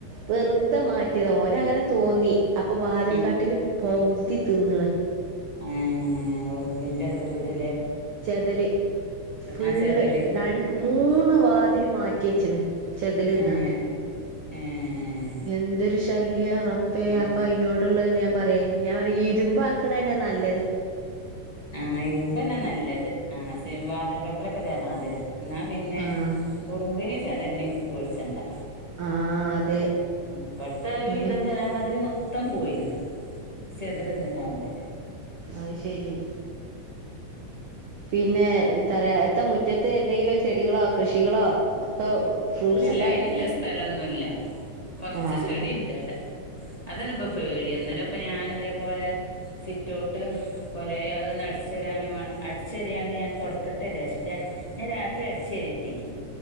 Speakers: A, on the right; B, on the left.
A: വെർതെ മാറ്റ്യതാ ഓനങ്ങനെ തോന്നി അ പ്പൊ വാതിൽ
B: ഉം
A: കട്ട്ല് പൗതി തിന്ന്ണ്
B: ഏഹ് ഉറുമ്പിന്റെതൊര്ത്
A: ചെതല് ഫുള്ള്
B: ആഹ് ചെതല്
A: രൺ മൂന്ന്
B: ആഹ്
A: വാ തില് മാറ്റ്യെച്ച്ണ് ചെതല്ന്നാണ്ട്
B: ഏഹ് ഏഹ്
A: എന്തൊര് ശല്യാ റബ്ബേ
B: ഉം
A: അപ്പയ്നോട്ള്ളെ ഞാൻ പറ്യേ ഏഹ് ഞാൻ പറ്യാ ഇര്മ്പാക്ക്ണെന്നെ നല്ല
B: ആഹ് ഇര്മ്പന്നെ നല്ലത് ആഹ് സിം വാത്ൽ കട്ട്ലെക്കെ ജനാതിലും ന്നാ പിന്നെ
A: ആഹ്
B: ഉറുമ്പിനിം ചെതൽനിം പേട്ച്ചണ്ടാ
A: ആഹ് അതെ
B: ഉം ഇവട്ത്തെ ഒര്
A: അയിന്
B: വിധം ജനവാതില് മൊ ത്തം പോയ്ണ് ചെതല്ന്ന്കാണ്ട്
A: അത്ശെരി പിന്നെ ത്താറ്യാ എത്താ മുറ്റത്ത് എന്തെങ്കിലും ചെടികളോ കൃഷികളോ ഒക്കെ ഫ്രൂട്ട്സിന്റെ
B: ഇല്ലല്ലാ
A: അങ്ങനത്തെ
B: അയ്ന്ല്ല സ്ഥലൊന്നുല്ല കൊർച്ച്
A: ആഹ്
B: ചെടിണ്ട് വടെ അതെന്നെപ്പ പേട്യാ ഇന്നലെ പ്പ ഞാന് തേപോലെ സിറ്റൗട്ട് കൊലേയ് അതൊന്ന് അട്ച്ചേരാനും വാ അട്ച്ചേര്യാണ്ട് ണ്ട് ഞാൻ താെട്ക്കട്ടെ ജാര്ച്ച് ഞാൻ രാത്രി അട്ച്ചേരിട്ടീനി